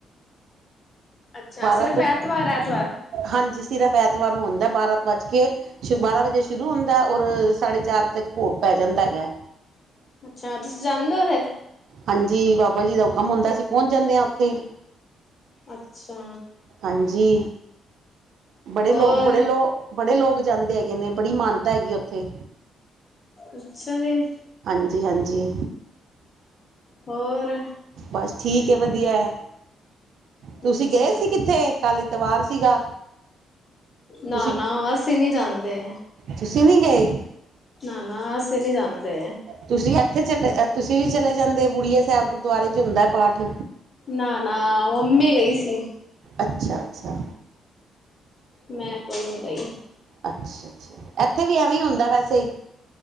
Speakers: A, on the left; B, on the right.
A: ਅੱਛਾ
B: ਬਾਰਾਂ
A: ਸਿਰਫ
B: ਤੋਂ
A: ਐਤਵਾਰ-ਐਤਵਾਰ--ਐਤਵਾਰ।
B: ਹਾਂਜੀ, ਸਿਰਫ਼ ਐਤਵਾਰ ਨੂੰ ਹੁੰਦਾ ਬਾਰਹ ਵੱਜ ਕੇ ਬਾਰਾਂ ਵਜੇ ਸ਼ੁਰੂ ਹੁੰਦਾ ਔਰ ਸਾਢੇ ਚਾਰ ਤੱਕ ਭੋਗ ਪੈ ਜਾਂਦਾ ਹੈਗਾ।
A: <unintelligible> ਤੁਸੀਂ ਜਾਂਦੇ ਹੋ ਫਿਰ
B: ਹਾਂਜੀ ਬਾਬਾ ਜੀ ਦਾ ਹੁਕਮ ਹੁੰਦਾ ਅਸੀਂ ਪਹੁੰਚ ਜਾਂਦੇ ਹਾਂ ਉੱਥੇ
A: ਅੱਛਾ
B: ਹਾਂਜੀ ਬੜੇ
A: ਹੋਰ
B: ਲੋਕ, ਬੜੇ ਲੋਕ ਬੜੇ ਲੋਕ ਜਾਂਦੇ ਹੈਗੇ ਨੇ ਬੜੀ ਮਾਨਤਾ ਹੈਗੀ ਉੱਥੇ
A: ਅੱਛਾ ਜੀ।
B: ਹਾਂਜੀ-ਹਾਂਜੀ।
A: ਹੋਰ।
B: ਬਸ ਠੀਕ ਹੈ ਵਧੀਆ ਹੈ। ਤੁਸੀਂ
A: ਅੱਛਾ
B: ਗਏ ਸੀ ਕਿੱਥੇ ਕੱਲ ਇਤਵਾਰ ਸੀਗਾ।
A: ਨਾ-ਨਾ,
B: ਤੁਸੀਂ
A: ਅਸੀਂ ਨਹੀਂ ਜਾਂਦੇ।
B: ਤੁਸੀਂ ਨੀ ਗਏ।
A: ਨ-ਨਾ ਅਸੀਂ ਨੀ ਜਾਦੇ।
B: ਤੁਸੀਂ ਇੱਥੇ ਚਲੇ, ਤੁਸੀਂ ਵੀ ਚਲੇ ਜਾਂਦੇ ਬੁੜੀ ਸਾਹਿਬ ਗੁਰਦੁਆਰੇ ਚ ਹੁੰਦਾ ਹੈ ਪਾਠ।
A: ਨਾ-ਨਾ, ਮਾਮੀ ਗਈ ਸੀ।
B: ਅੱਛਾ-ਅੱਛਾ।
A: ਮੈਂ ਕੋਈ ਨੀ ਗਈ
B: ਅੱਛਾ ਇੱਥੇ ਵੀ ਐਵੇਂ ਹੀ ਹੁੰਦਾ ਵੈਸੇ